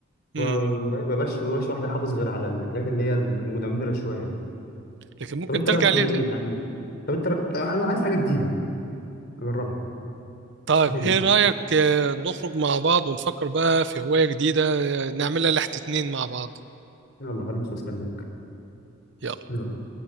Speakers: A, on the right; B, on the left.
A: مم.
B: ما بقاش ما بقاش واحد حافظ غير على الحاجات اللي هي المدمره شويه دي
A: لكن ممكن
B: طب انت
A: ترجع
B: رايك
A: ليها
B: ايه
A: تاني
B: يعني طب انت رأ... طب انا عايز حاجه جديده اجربها
A: طيب
B: تنصحني
A: ايه
B: بيه
A: رأيك آه، نخرج مع بعض ونفكر بقى في هواية جديدة آه، نعملها لحد اتنين مع بعض
B: يلا هلبس واستناك
A: يلا
B: يلا